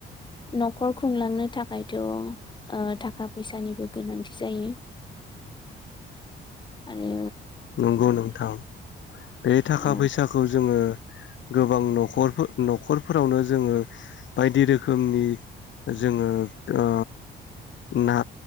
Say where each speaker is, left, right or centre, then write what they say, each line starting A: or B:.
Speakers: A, on the left (about 25°); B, on the left (about 70°).
A: न'खर खुंलांनो थाखायथ' ओ थाखा फैसानिबो गोनांथि जायो आरो
B: नंगौ नों थां बे थाखा
A: औ
B: फैसाखौ जोङो गोबां न'खरफोर न'खरफोरावनो जोङो बायदि रोखोमनि जोङो ओ ना